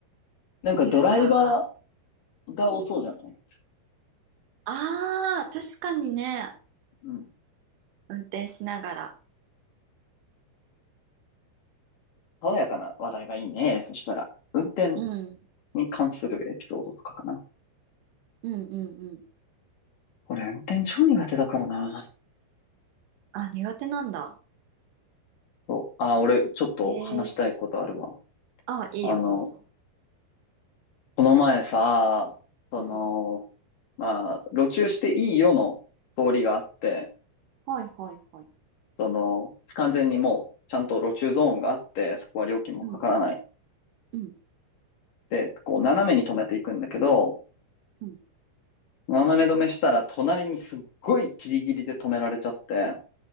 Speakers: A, on the left; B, on the right.
A: なんかドライバ
B: ユーザーが。
A: ーが多そうじゃない
B: ああ、確かにね。
A: うん。
B: 運転しながら。
A: 爽やかな話題がいいね。そしたら、運転
B: うん。
A: に関するエピソードとかかな。
B: うんうんうん。
A: 俺、運転超苦手だからな。
B: あ、苦手なんだ。
A: そう。あ、俺、ちょっと話したいことあるわ。
B: へえ。あ、いいよ、
A: あの、
B: どうぞ。
A: この前さ、その、
B: うん。
A: まあ、路中していいよの通りがあって、
B: はいはいはい。
A: その、完全にもう、ちゃんと路中ゾーンがあって、そこは料金もかからない。
B: うん。うん。
A: で、こう、斜めに止めていくんだけど、
B: うん。
A: 斜め止めしたら、隣にすっごいギリギリで止められちゃって、